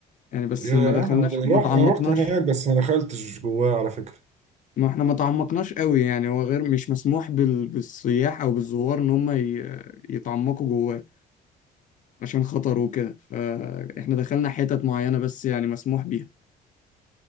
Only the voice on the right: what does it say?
يا
انا رحت
انا رحت هناك بس ما دخلتش جواه على فكره